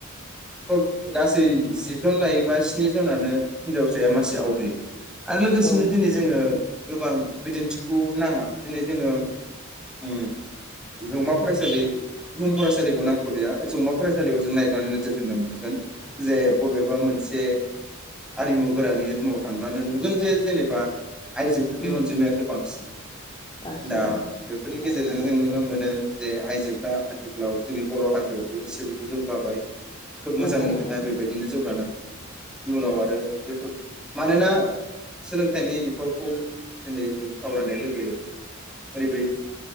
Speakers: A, in the centre; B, on the left.
A: टप गासै जि जन लायोबा स्नि जनानो हिनजावस साया मासि आवग्रियो। आरो लोगोसेनो
B: औ नंगौ
A: दिनै जोङो। गोबां बिदिन्थिखौ नाङा दिनै जोङो उम जौमा फरायसालि बुहुम फरायसालिखौ नांथलिया जौमा फरायसालियाव जों नायबानो नोजोर होनो मोनगोन जे बबेबा मोनसे आरिमु गोरानि रुमाव थांब्लानो नुगोन जे जेनेबा आइजोफोरनि
B: उम
A: अनजिमायासो बांसिन
B: बांसिन
A: दा
B: औ
A: बेफोरनि गेजेरजों जों नुनो मोनो जे आइजोफ्रा आथिखालाव जोंनि बर हारियावबो एसेबाबो जौगाबाय खोब
B: जौगाबाय
A: मोजांनि खोथा
B: औ
A: बेबायदिनो जौगानां इउनाव आरो बेफोर मानोना सोलोंथाइनि बिफावखौ दिनै जों सावरायनाय लोगो लोगो ओरैबाय